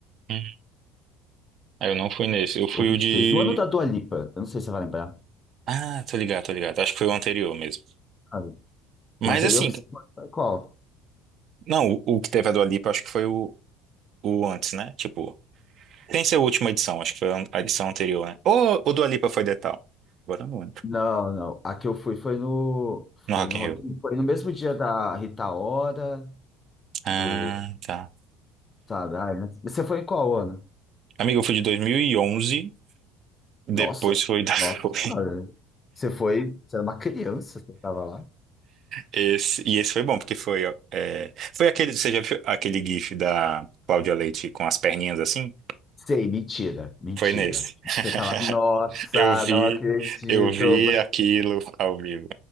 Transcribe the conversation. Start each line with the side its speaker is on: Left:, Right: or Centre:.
Right: Hum. Ah, Eu não fui nesse. Eu fui
Left: ou 23,
Right: o de.
Left: no ano da Dua Lipa, eu não sei se você vai lembrar.
Right: Ah, tô ligado, tô ligado. Acho que foi o anterior mesmo.
Left: sabe?
Right: Mas
Left: O anterior
Right: assim,
Left: que você foi, foi qual?
Right: não, o, o que teve a Dua Lipa, acho que foi o, o antes, né? Tipo. Tem ser a última edição, acho que foi a edição anterior, né? Ou o Dua Lipa foi Detal? Agora eu não lembro.
Left: Não, não. A que eu fui foi no,
Right: No
Left: foi
Right: Rock
Left: no,
Right: in
Left: Rock
Right: Rio.
Left: in- foi no mesmo dia da Rita Ora,
Right: Ah,
Left: do,
Right: tá.
Left: sabe? Ai, mas você foi em qual ano?
Right: Amigo, eu fui de 2011, depois
Left: Nossa,
Right: foi da... <laughs> foi-
Left: nossa senhora. Você foi, você era uma criança, você estava lá.
Right: Esse, e esse foi bom, porque foi... ó, é, foi aquele, você já viu aquele gif da Cláudia Leite com as perninhas assim?
Left: Sei, mentira, mentira.
Right: Foi nesse.
Left: Você
Right: <laughs>
Left: tava, nossa,
Right: Eu vi,
Left: não acredito.
Right: eu vi
Left: Você-
Right: aquilo ao vivo.